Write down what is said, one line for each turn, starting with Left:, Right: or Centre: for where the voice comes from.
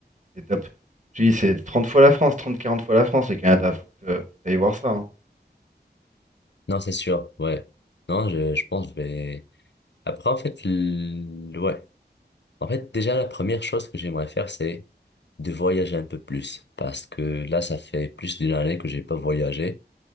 Right: C'est top. Je dis, c'est 30 fois la France, trente quarante fois la France, les Canada. Faut que tu voir ça. hein.
Left: Non, c'est sûr, ouais. Non, je, je pense que je vais. Après, en fait, l- ouais. En fait, déjà, la première chose que j'aimerais faire, c'est de voyager un peu plus. Parce que là, ça fait plus d'une année que j'ai pas voyagé.